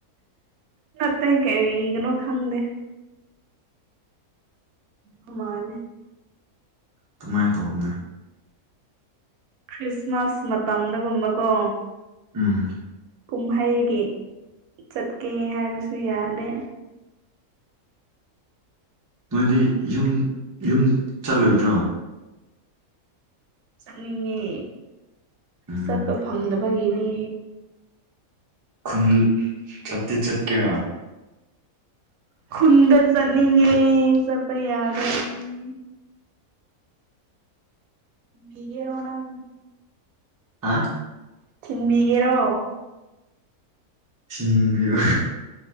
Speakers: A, on the right; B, on the right.
A: ꯅꯠꯇꯦ ꯀꯔꯤꯒꯤꯅꯣ ꯈꯪꯗꯦ ꯍꯨꯃꯥꯜꯂꯦ
B: ꯇꯨꯃꯥꯏ ꯇꯧꯔꯣꯅꯦ
A: ꯈ꯭ꯔꯤꯁꯃꯥꯁ ꯃꯇꯝꯗꯒꯨꯝꯕꯀꯣ
B: ꯎꯝ
A: ꯀꯨꯝꯍꯩꯒꯤ ꯆꯠꯀꯦ ꯍꯥꯏꯕꯁꯨ ꯌꯥꯗꯦ
B: ꯅꯣꯏꯗꯤ ꯌꯨꯝ ꯌꯨꯝ ꯆꯠꯂꯣꯏꯗ꯭ꯔꯣ
A: ꯆꯠꯅꯤꯡꯉꯦ
B: ꯎꯝ
A: ꯆꯠꯄ ꯐꯪꯗꯕꯒꯤꯅꯦ
B: ꯎꯝ ꯆꯠꯇꯤ ꯆꯠꯀꯦꯔꯥ
A: ꯈꯨꯟꯗ ꯆꯠꯅꯤꯡꯉꯦ ꯆꯠꯄ ꯌꯥꯗ꯭ꯔꯕꯅꯦ ꯊꯤꯟꯕꯤꯒꯦꯔꯣ ꯅꯪ
B: ꯑꯥ
A: ꯊꯤꯟꯕꯤꯒꯦꯔꯣ
B: ꯊꯤꯟꯕꯤꯕ